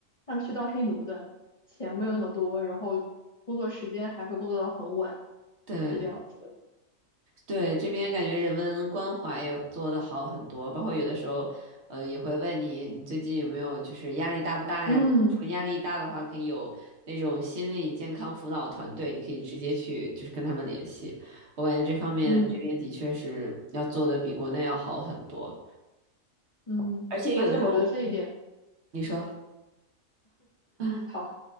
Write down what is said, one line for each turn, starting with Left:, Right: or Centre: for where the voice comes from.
Left: 像是去当黑奴的，钱没有那么多，然后工作时间还会工作到很晚，
Right: 对。
Left: 是这样子的。
Right: 对，这边感觉人文关怀也做的好很多，包括有的时候，呃，也会问你，你最近有没有就是压力大不大呀？
Left: 嗯
Right: 如果说压力大的话，可以有那种心理健康辅导团队，你可以直接去就是跟他们联系。我感觉这方面这边的确是要做的比国内要好很多，
Left: 嗯嗯，
Right: 而且有的时候，
Left: 而且我觉得这一点。
Right: 嗯你说啊，
Left: 好，